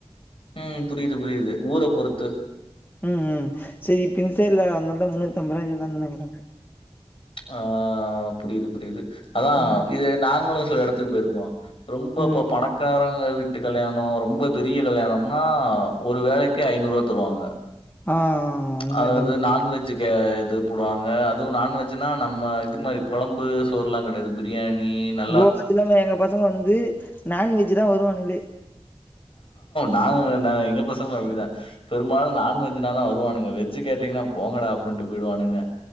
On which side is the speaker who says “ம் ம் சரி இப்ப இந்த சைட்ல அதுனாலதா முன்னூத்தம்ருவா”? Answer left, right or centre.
Left